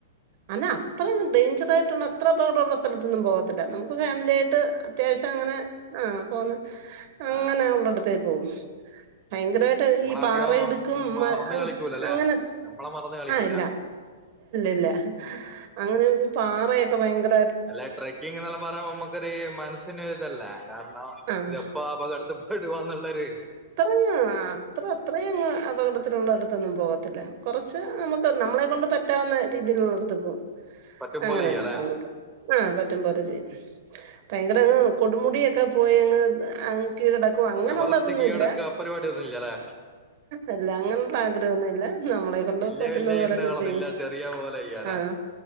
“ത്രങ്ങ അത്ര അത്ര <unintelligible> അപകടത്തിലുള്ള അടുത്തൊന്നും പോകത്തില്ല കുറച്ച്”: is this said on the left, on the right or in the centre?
Right